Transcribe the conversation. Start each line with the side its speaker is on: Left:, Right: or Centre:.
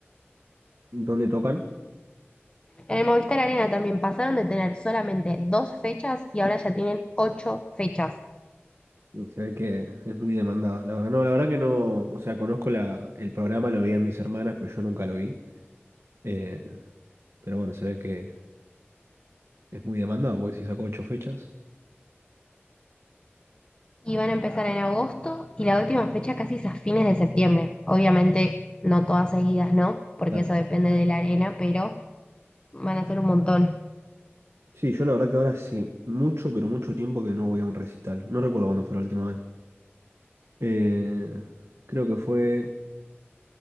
Right: ¿Dónde tocan?
Left: En el Movistar Arena también pasaron de tener solamente dos fechas y ahora ya tienen ocho fechas.
Right: Y se ve que es muy demandada. La verdad, no, la verdad que no, o sea, conozco la, el programa, lo veían mis hermanas, pero yo nunca lo vi. Eh, pero bueno, se ve que es muy demandado, porque si sacó ocho fechas.
Left: Y van a empezar en agosto y la última fecha casi es a fines de septiembre. Obviamente no todas seguidas, ¿no? Porque
Right: Claro.
Left: eso depende de la arena, pero van a ser un montón.
Right: Sí, yo la verdad que ahora sí, mucho, pero mucho tiempo que no voy a un recital. No recuerdo cuándo fue la última vez. Eh, creo que fue